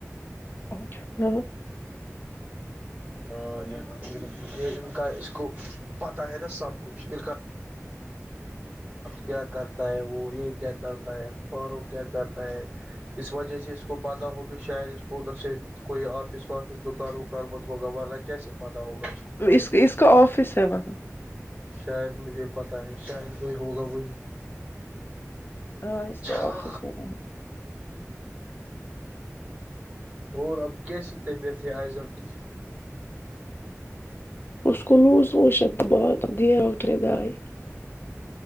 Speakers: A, on the left; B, on the right.
A: اچھا ہاں
B: ہاں یہ ان کا یہ اس کو پتہ ہے نا سب کچھ ان کا کیا کرتا ہے وہ یہ کیا کرتا ہے فاروق کیا کرتا ہے اس وجہ سے اس کو پتہ ہوگی کہ شاید اس کو ادھر سے کوئی آفس وافس دکان وکان مت ہوگا ورنہ کیسے پتاہ ہوگا اس کو
A: اس اس کا آفس ہے وہاں
B: شاید مجھے پتا ہے شاید وہی ہوگا وہی
A: ہاں اس
B: اچھا
A: کو آفس ہے وہاں
B: اور اب کیسی طبیعت ہے آئزل کی
A: اس کو لوز موشن د بہت دی ہے اس کو داوئی